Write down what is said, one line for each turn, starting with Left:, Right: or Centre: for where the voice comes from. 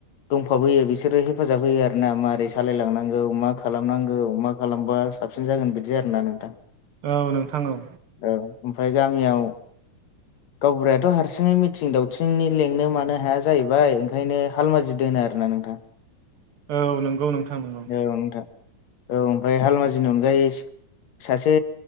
Left: दंफाबोयो बिसोरो हेफाजाब होयो आरोना मारै सालायलांनांगौ मा खालामनांगौ मा खालामबा साबसिन जागोन बिदि आरोना नोंथां
Right: औ नोंथां औ
Left: औ ओमफ्राय गामियाव गावबुरायाथ' हारसिङै मिथिं दावथिंनि लेंनो मानो हाया जाहैबाय ओंखायनो हालमाजि दोनो आरो ना नोंथां
Right: औ नंगौ नोंथां नंगौ
Left: औ नोंथां औ ओमफ्राय हाल माजिनि अनगायै सासे